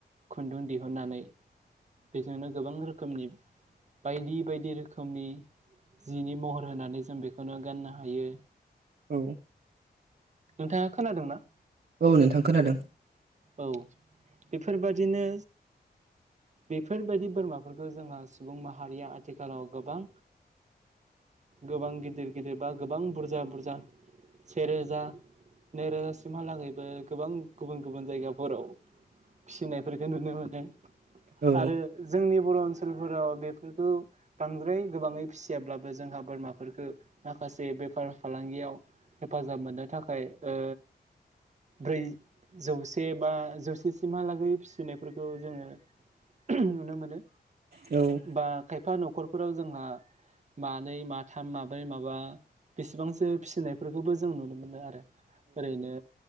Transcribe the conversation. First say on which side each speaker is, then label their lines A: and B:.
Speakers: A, on the right; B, on the right.
A: खुन्दुं दिहुननानै बेजोंनो गोबां रोखोमनि बायदि बायदि रोखोमनि जिनि महर होनानै जों बेखौनो गाननो हायो
B: औ
A: नोंथाङा खोनादों ना?
B: औ नोंथां खोनादों
A: औ बेफोरबादिनो बेफोरबायदि बोरमाफोरखौ जोंहा सुबुं माहारिया आथिखालाव गोबां गोबां गिदिर गिदिर बा गोबां बुरजा बुरजा सेेरोजा नै रोजासिमहालागैबो गोबां गुबुन गुबुन जायगाफोराव फिसिनायफोरखौ नुनो मोनो
B: औ
A: आरो जोंनि बर' ओनसोलफोराव बेफोरखौ बांद्राय गोबाङै फिसियाब्लाबो जोंहा बोरमाफोरखौ माखासे बेफार फालांगियाव हेफाजाब मोननो थाखाय ओ ब्रै जौसे बा जौसेसिमहालागै फिसिनायफोरखौ जोङो <unintelligible> नुनो मोनो
B: औ
A: बा खायफा न'खरफोराव जोंहा मानै माथाम माब्रै माबा बेसेबांसो फिसिनायफोरखौबो जों नुनो मोनो आरो ओरैनो